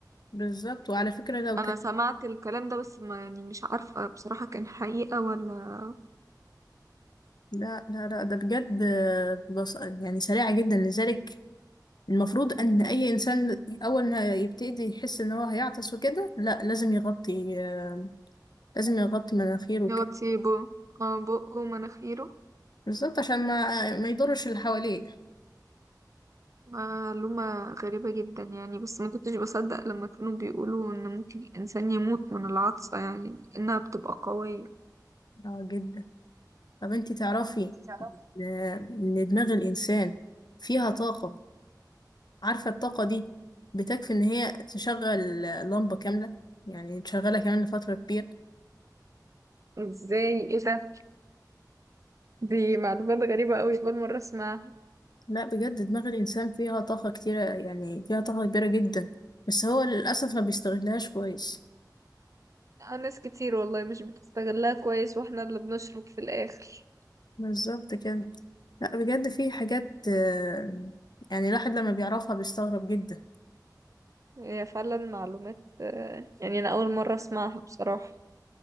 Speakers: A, on the left; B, on the right.
A: بالظبط وعلى فكرة لو كانت
B: انا سمعت الكلام ده بس ما يعني مش عارفة بصراحة كان حقيقة ولا
A: لا لا لا ده بجد بص... يعني سريعة جدا لذلك المفروض ان اي انسان اول ما يبتدي يحس ان هو هيعطس وكده لا لازم يغطي آه، لازم يغطي مناخيره وكده
B: ان هو كتير بقه اه بقه ومناخيره
A: بالظبط عشان ما ما يضرش اللي حواليه
B: معلومة غريبة جدا يعني بس ما كنتش بصدق لما كانوا بيقولوا ان ممكن الانسان يموت من العطسة يعني انها بتبقى قوية
A: اه جدا طب انتي تعرفي
B: تعرف
A: ان إن دماغ الانسان فيها طاقة عارفة الطاقة دي بتكفي ان هي تشغل لمبة كاملة يعني تشغلها كمان لفترة كبيرة
B: ازاي ايه ده دي معلومات غريبة قوي اول مرة اسمعها
A: لا بجد دماغ الانسان فيها طاقة كتيرة يعني فيها طاقة كبيرة جدا بس هو للأسف ما بيستغلهاش كويس
B: آه، ناس كتير والله مش بتستغلها كويس واحنا اللي بنشرب في الاخر
A: بالظبط كده لا بجد في حاجات آه، يعني الواحد لما بيعرفها بيستغرب جدا
B: هي فعلا معلومات آه، يعني انا اول مرة اسمعها بصراحة